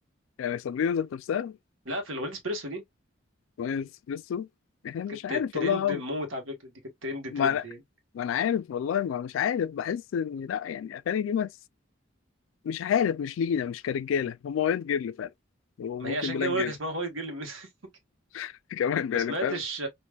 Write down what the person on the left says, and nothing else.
يعني سابرينا ذات نفسها
اغنيه الاسبريسو احنا مش
عارف
والله يا عمرو.
ما
انا
ما انا عارف والله ما مش عارف بحس ان لا يعني اغاني دي ما مش عارف مش لينا مش كرجاله هم وايت جيرل فعلا وممكن
بلاك
جيرل
<laughs> كمان
يعني
فاهم